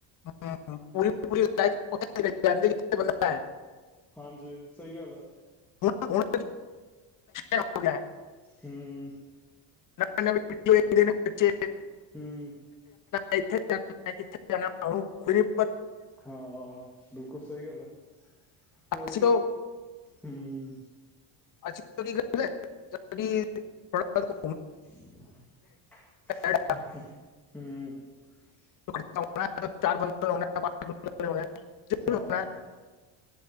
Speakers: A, on the left; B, in the centre.
A: ਹਮ ਪੂਰੀ ਪੂਰੀੇ ਬੰਦਾ ਹੈ <unintelligible>
B: ਹਾਂਜੀ। ਸਹੀ ਗੱਲ ਹੈ।
A: ਹੁਣ, ਹੁਣ ਹੋ ਗਿਆ।
B: ਹਮ
A: ਨਵੇਂ- ਨਵੇਂ ਪਦੇ ਨੇ ਬੱਚੇ
B: ਹਮ
A: ਜਾਥੇ ਜਾਥੇ ਜਾ <unintelligible> ਖੁਰੀ <inaudible>
B: ਹਾਂ। ਬਿਲਕੁਲ ਸਹੀ ਗੱਲ ਆ। ਕੁਝ
A: ਅਸੀਂ ਤਾਂ
B: ਹਮ
A: ਅੋਾਹੁ <unintelligible>
B: ਹਮ
A: ਪੈਰ ਚਾਰ ਬੰ <unintelligible> ਜ਼ਰੂਰ
B: ਹਾਂ